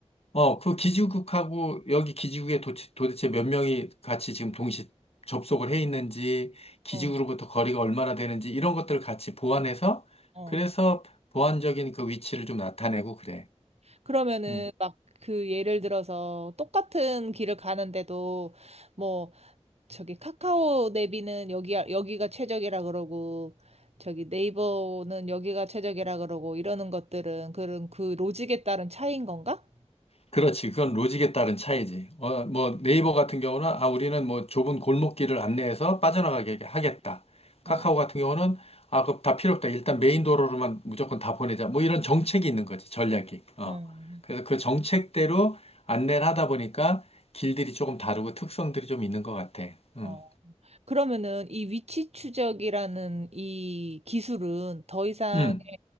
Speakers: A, on the left; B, on the right.
A: 어, 그 기지국하고 여기 기지국에 도치- 도대체 몇 명이 같이 지금 동시 접속을 해 있는지, 기지국으로부터
B: 어.
A: 거리가 얼마나 되는지, 이런 것들을 같이 보완해서,
B: 어.
A: 그래서 보완적인 그 위치를 좀 나타내고 그래.
B: 그러면은
A: 음.
B: 막 그 예를 들어서 똑같은 길을 가는데도 뭐 저기 카카오 내비는 여기 여기가 최적이라 그러고 저기 네이버는 여기가 최적이라 그러고 이러는 것들은 그런 그 로직에 따른 차이인 건가?
A: 그렇지. 그건 로직에 따른 차이지. 어, 뭐 네이버 같은 경우는 아 우리는 뭐 좁은 골목길을 안내해서 빠져나가게 하겠다. 카카오
B: 어.
A: 같은 경우는 아 그거 다 필요 없다. 일단 메인 도로로만 무조건 다 보내자. 뭐 이런 정책이 있는 거지. 전략이. 어.
B: 음.
A: 그래서 그 정책대로 안내를 하다 보니까 길들이 조금 다르고 특성들이 좀 있는 것 같아. 음.
B: 어. 그러면은 이 위치 추적이라는 이 기술은 더 이상
A: 음.